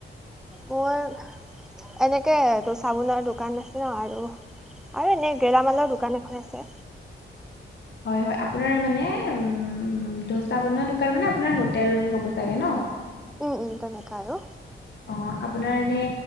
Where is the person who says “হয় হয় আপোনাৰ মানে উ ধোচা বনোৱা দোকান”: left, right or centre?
Left